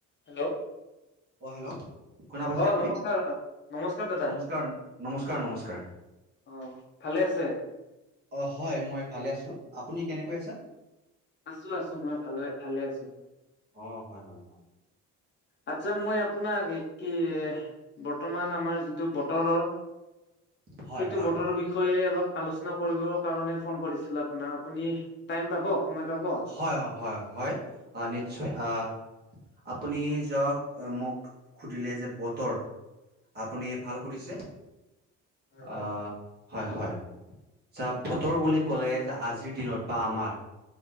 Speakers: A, on the left; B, on the right.
A: Hello
B: অ hello শুনা পাইছে
A: অ
B: আপুনি?
A: নমস্কাৰ নমস্কাৰ দাদা
B: নমস্কাৰ, নমস্কাৰ, নমস্কাৰ
A: অ, ভালে আছে?
B: অ', হয় মই ভালে আছোঁ। আপুনি কেনেকৈ আছে?
A: আছোঁ আছোঁ, মই ভাল-ভালে আছোঁ।
B: অ', হয়, হয়, হয়
A: আচ্ছা মই আপোনাক কি, বৰ্তমান আমাৰ যোনটো বতৰৰ
B: হয়,
A: সেইটো
B: হয়,
A: বতৰৰ বিষয়ে অলপ আলোচনা কৰিব কাৰণে ফোন কৰিছিলো আপোনাক। আপুনি টাইম পাব? সময় পাব উম
B: হয়, হয়, হয়, আহ, নিশ্চয় আহ, আপুনি যাক, মোক সুধিলে যে বতৰ আপুনি
A: উম
B: ভাল সুধিছে,
A: হয় হয়
B: আহ, হয়, হয়, চা, বতৰ বুলি ক'লে যে আজিৰ দিনত বা আমাৰ